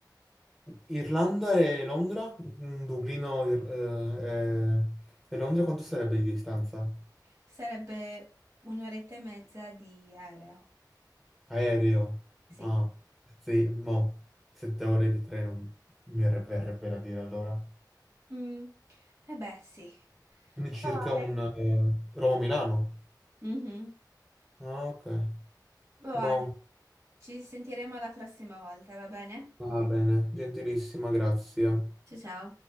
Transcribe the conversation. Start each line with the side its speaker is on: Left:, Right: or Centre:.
Centre: Irlanda e Londra? Mm, Dublino Ir- eh, eh, e Londra quanto sarebbe di distanza?
Right: sarebbe un'oretta e mezza di aereo,
Centre: Aereo.
Right: sì.
Centre: Ah, sì, mo, sette ore di treno mi re- verrebbe da dire allora.
Right: Mm. Eh beh, sì.
Centre: Quindi circa
Right: Boh, Ale.
Centre: un eh, Roma-Milano.
Right: Mhm.
Centre: Ah, ok.
Right: Boh,
Centre: Boh,
Right: Ale, Ci sentiremo la prossima volta, va bene?
Centre: va bene, gentilissima, grazie.
Right: Ciao ciao.